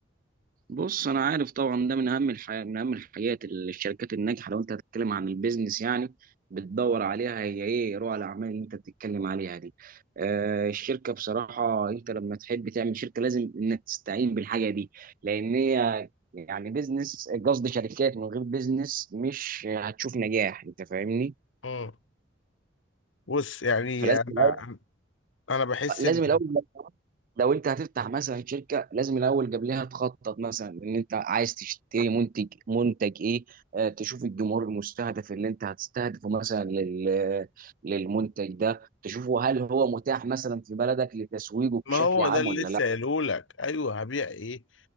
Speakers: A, on the right; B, on the left.
A: بص انا عارف طبعا ده من اهم الحاجات من اهم الحاجات اللي الشركات الناجحه لو انت هتتكلم عن البيزنس يعني بتدور عليها هي ايه رؤى الاعمال اللي انت بتتكلم عليها دي آه الشركه بصراحه انت لما تحب تعمل شركه لازم انك تستعين بالحاجه دي لان هي يعني بيزنس قصد شركات من غير بيزنس مش هتشوف نجاح انت فاهمني
B: مم. بص يعني
A: فلازم
B: انا
A: الاول
B: انا بحس
A: لازم
B: ان
A: الاول لو انت هتفتح مثلا شركه لازم الاول قبلها تخطط مثلا ان انت عايز تشتري منتج منتج ايه آه تشوف الجمهور المستهدف اللي انت هتستهدفه مثلا لل للمنتج ده تشوفه هل هو متاح مثلا في بلدك لتسويقه
B: ما
A: بشكل
B: هو
A: عام
B: ده اللي
A: ولا
B: لسه قايله لك ايوه هبيع ايه